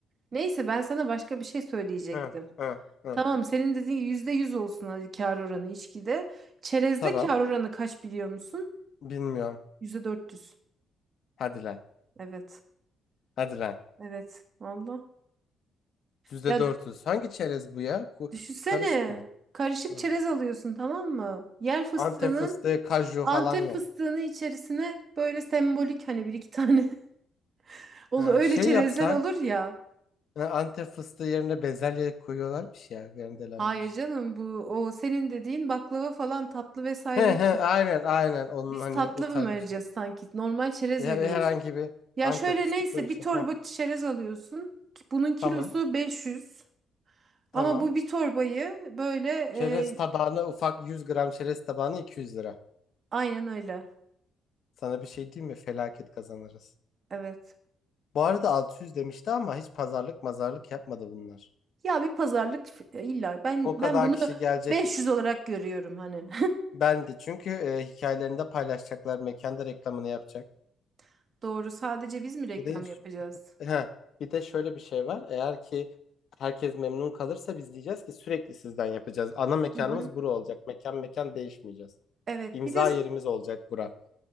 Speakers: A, on the right; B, on the left.
A: Neyse ben sana başka bir şey söyleyecektim.
B: Hı, hı, hı.
A: Tamam senin dediğin yüzde yüz olsun hadi kar oranı içkide. Çerezde
B: Tamam.
A: kar oranı kaç biliyor musun?
B: Bilmiyorum.
A: Yüzde dört yüz.
B: Hadi lan.
A: Evet.
B: Hadi lan.
A: Evet. Valla.
B: %400.
A: Ya
B: Hangi çerez bu ya? Ku-
A: düşünsene.
B: Karışık mı?
A: Karışık
B: Hı.
A: çerez alıyorsun tamam mı? Yer fıstığının
B: Antep fıstığı, kaju
A: Antep
B: falan yok.
A: fıstığını içerisine böyle sembolik hani bir iki tane <laughs> olur
B: Hı,
A: öyle
B: şey
A: çerezler
B: yapsak,
A: olur ya.
B: hı, Antep fıstığı yerine bezelye koyuyorlarmış ya, rendelenmiş.
A: Hayır canım bu o senin dediğin baklava falan tatlı vesaire
B: He
A: için.
B: he aynen aynen onun
A: Biz
B: hani
A: tatlı
B: o tarz
A: mı vereceğiz
B: bir şey.
A: sanki? Normal çerez
B: Her-
A: veriyoruz.
B: Herhangi bir
A: Ya
B: Antep
A: şöyle
B: fıstıklı
A: neyse
B: bir
A: bir
B: şey.
A: torba
B: Heh,
A: çerez alıyorsun. Bunun kilosu
B: tamam
A: 500.
B: tamam.
A: Ama bu bir torbayı böyle
B: Çerez
A: e,
B: tabağına ufak 100 gram çerez tabağına 200 lira.
A: aynen öyle.
B: Sana bir şey diyeyim mi? Felaket kazanırız.
A: Evet.
B: Bu arada 600 demişti ama hiç pazarlık mazarlık yapmadı bunlar.
A: Ya bir pazarlık f- e, illa ben
B: O kadar
A: ben bunu
B: kişi gelecek.
A: 500 olarak görüyorum hani.
B: Ben de çünkü e, hikayelerinde paylaşacaklar. Mekanda reklamını yapacak.
A: <laughs> Doğru. Sadece biz mi reklam
B: Bir de
A: yapacağız?
B: Heh, bir de şöyle bir şey var. Eğer ki herkes memnun kalırsa biz diyeceğiz ki sürekli sizden yapacağız. Ana mekanımız
A: Hı hı.
B: bura olacak. Mekan mekan değişmeyeceğiz.
A: Evet.
B: İmza
A: Bir de
B: yerimiz olacak bura.